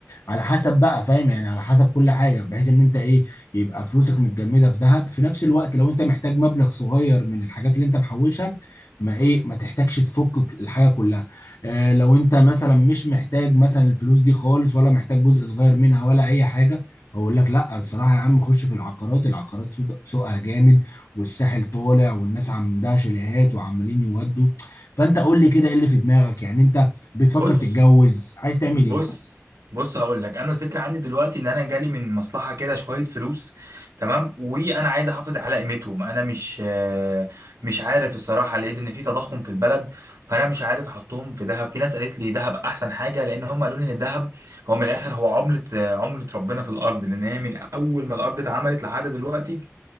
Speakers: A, on the left; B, on the right.
A: على حسب بقى فاهم يعني على حسب كل حاجه بحيث ان انت ايه يبقى فلوسك متجمده في ذهب في نفس الوقت لو انت محتاج مبلغ صغير من الحاجات اللي انت محوشها ما ايه ما تحتاجش تفك الحاجه كلها اه لو انت مثلا مش محتاج مثلا الفلوس دي خالص ولا محتاج جزء صغير منها ولا اي حاجه اقول لك لا بصراحه يا عم خش في العقارات العقارات سوق- سوقها جامد والساحل طالع والناس عندها شاليهات وعمالين يودوا فانت قول لي كده ايه اللي في دماغك يعني انت بتفكر
B: بص
A: تتجوز عايز تعمل
B: بص
A: ايه
B: بص هقول لك انا الفكره عندي دلوقتي ان انا جالي من مصلحه كده شويه فلوس تمام وانا عايز احافظ على قيمتهم انا مش آه، مش عارف الصراحه لقيت ان في تضخم في البلد فانا مش عارف احطهم في ذهب في ناس قالت لي ذهب احسن حاجه لان هم قالوا لي ان الذهب هو من الاخر هو عمله آه، عمله ربنا في الارض لان هي من اول ما الارض اتعملت لحد دلوقتي